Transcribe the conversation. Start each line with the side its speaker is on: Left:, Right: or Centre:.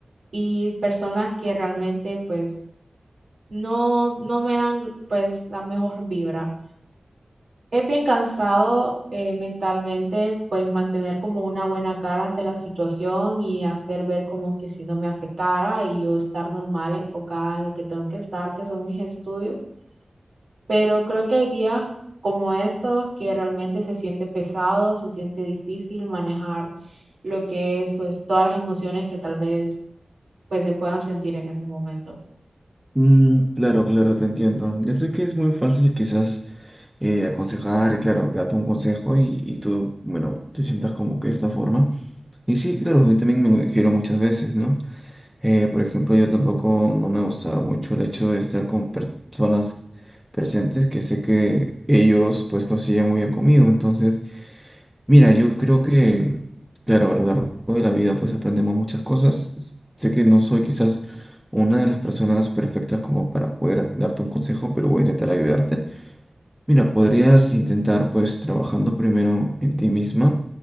Right: y personas que realmente pues no, no me dan pues la mejor vibra. Es bien cansado eh, mentalmente pues mantener como una buena cara ante la situación y hacer ver como que si no me afectara y yo estar normal, enfocada en lo que tengo que estar, que son mis estudios pero creo que hay días como estos que realmente se siente pesado, se siente difícil manejar lo que es pues todas las emociones que tal vez pues se puedan sentir en ese momento.
Centre: Mm, claro, claro, te entiendo. Yo sé que es muy fácil quizás eh, aconsejar, y claro, darte un consejo y, y tú, bueno, te sientas como que de esta forma. Y sí, claro, a mí también me lo dijeron muchas veces, ¿no? Eh, por ejemplo, yo tampoco no me gustaba mucho el hecho de estar con personas presentes que sé que ellos pues no se llevan muy bien conmigo. Entonces, mira, yo creo que, claro, a lo largo de la vida pues aprendemos muchas cosas. Sé que no soy quizás una de las personas perfectas como para poder darte un consejo, pero voy a intentar ayudarte. Mira, podrías intentar pues trabajando primero en ti misma.